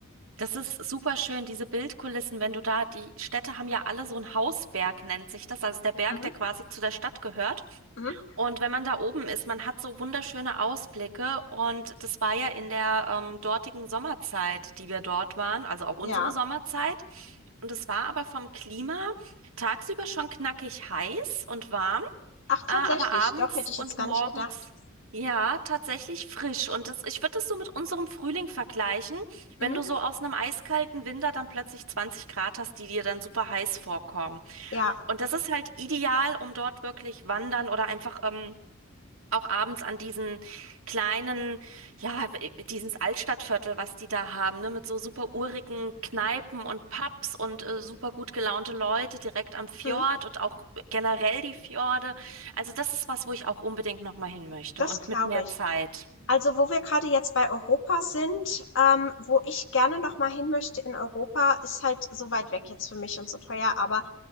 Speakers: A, on the right; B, on the left.
A: Das ist super schön, diese Bildkulissen, wenn du da, die Städte haben ja alle so einen Hausberg, nennt sich das, also der Berg,
B: Mhm.
A: der quasi zu der Stadt gehört.
B: Mhm.
A: Und wenn man da oben ist, man hat so wunderschöne Ausblicke. Und das war ja in der ähm, dortigen Sommerzeit, die wir dort waren, also auch unsere
B: Ja.
A: Sommerzeit. Und es war aber vom Klima tagsüber schon knackig heiß und warm,
B: Ach, tatsächlich.
A: äh, aber abends
B: Doch, hätte ich
A: und
B: jetzt gar
A: morgens.
B: nicht gedacht.
A: Ja, tatsächlich frisch. Und das, ich würde das so mit unserem Frühling vergleichen, wenn
B: Mhm.
A: du so aus einem eiskalten Winter dann plötzlich 20 Grad hast, die dir dann super heiß vorkommen.
B: Ja.
A: Und das ist halt ideal, um dort wirklich wandern oder einfach ähm, auch abends an diesen kleinen, ja, dieses Altstadtviertel, was die da haben, ne, mit so super urigen Kneipen und Pubs und äh, super gut gelaunte Leute direkt am Fjord
B: Mhm.
A: und auch generell die Fjorde. Also das ist was, wo ich auch unbedingt nochmal hin möchte
B: Das
A: und
B: glaube
A: mit mehr
B: ich.
A: Zeit.
B: Also, wo wir gerade jetzt bei Europa sind, ähm, wo ich gerne noch mal hin möchte in Europa, ist halt so weit weg jetzt für mich und so teuer, aber